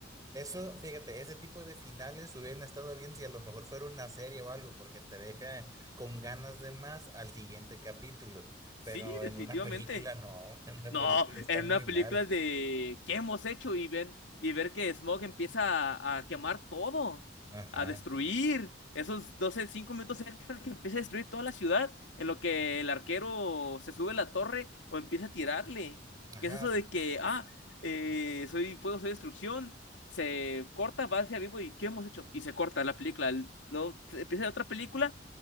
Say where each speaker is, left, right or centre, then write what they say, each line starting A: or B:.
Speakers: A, on the right (about 20°); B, on the left (about 70°).
A: Eso, fíjate, ese tipo de finales hubieran estado bien si a lo mejor fuera una serie o algo, porque te deja con ganas de más al siguiente capítulo.
B: Sí,
A: Pero
B: definitivamente.
A: en una película no, <laughs> en una
B: No,
A: película está
B: en
A: muy
B: una
A: mal.
B: película es de ¿qué hemos hecho? Y ven, y ver que Smog empieza a, a quemar todo,
A: Ajá,
B: a destruir. Esos 12 5 minutos extra que empieza a destruir toda la ciudad, en lo que el arquero se sube a la torre o empieza a tirarle.
A: ajá,
B: ¿Qué es eso de que, ah, eh, soy fuego, soy destrucción? Se corta, va hacia vivo y ¿qué hemos hecho? Y se corta la película. El- Luego empieza otra película,